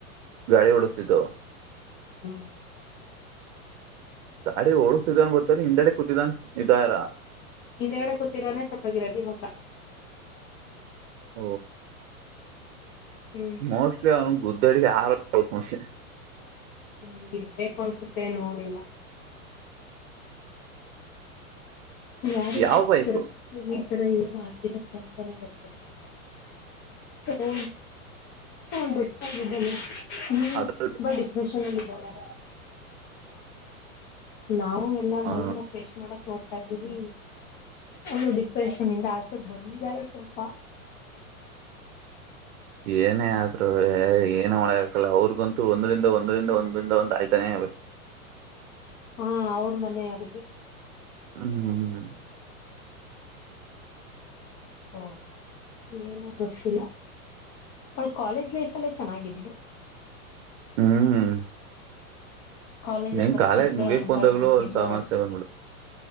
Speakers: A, on the right (about 55°); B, on the left (about 35°).
A: ಗಾಡಿ ಡುಸತಿತ್ತು
B: ಹ್ಮ್
A: ಗಾಡಿ ಹೊಳ್ಸಿದನ್ ಬತ್ತಾರ ಹಿಂದೆಡೆ ಕೂತಿದನ್ ಇದಾರ
B: ಹಿಂದೆಗಡೆ ಕೂತರಾನೆ ಸತ್ಯಗಿರದಿ ಹಟ
A: ಓ
B: ಹ್ಮ್
A: ಮೋಸ್ಟ್ಲಿ ಅವನು ಗುದ್ದಡ ಆರ ಮೋಸ್ಟ್ಲಿ
B: ಹ್ಮ್ ಇರ್ಬೇಕು ಅನ್ಸುತ್ತೆ ನೋಡಿಲ್ಲ ಯಾರಿ
A: ಯಾವ
B: ಜೊತೆ
A: ಬೈಕು
B: ಕರ್ವಿ ಈ ತರ ಏನಗರುತ್ತೆ ಅಂತಾನೇ ಗೊತ್ತಿಲ್ಲ ನಗೆ ಹ ಆದ್ದೇನೆ ನೀ
A: ಅದ್ರದ್ದು
B: ತುಂಬಾ ಡಿಪ್ರೆಷನ್ ಚೆನ್ನ ನಾವು ಎಲ್ಲಾ
A: ಹ
B: ಮೈಂಡ್ ನ ಫ್ರೆಶ್ ಮಾಡಕ್ ನೋಡ್ತ ತಂದೀರಿ ಅಲ್ಲು ಡಿಪ್ರೆಷನ್ ಇಂದ ಆಚೆೆಗೆ ಬಂದಿದ್ದಾಳೆ ಸ್ವಲ್ಪ
A: ಏನೇ ಆದ್ ಏನ ಮಾಡಕಲ್ಲ ಅವ್ರಿಗಂತೂ ಒಂದ್ರಂದ ಒಂದರಿಂದ ಒಂದರಿಂದ ಒಂದ ಆಯ್ತಾನೇ ಆಬೇಕು <inaudible>
B: ಹಾ ಅವ್ರ ಮನೆಯವರಿಗೆ
A: ಹ್ಮ್ ಹ್ಮ್
B: ಹಾ ಏನು ಗೊತ್ತಿಲ್ಲ ಅವಳ ಕಾಲೇಜ್ ಲೈಫ್ಲ್ಲೇ ಚೆನ್ನಾಗಿದ್ಲು
A: ಹ್ಮ್
B: ಕಾಲೇಜ
A: ನಿಂಗ್
B: ಅಲ್ಲಿ ಬರ್ತಿದ್ದು
A: ಕಾಲೇಜ್ ಮುಗಿಯಕ್
B: ಎಂಜಾಯ್
A: ಬಂದಾಗ್ಲೂ
B: ಮಾಡ್ತಿದ್ದು
A: ಒಂದ್ ಸಮಸ್ಯೆ ಬಂದ್ಬಿಡು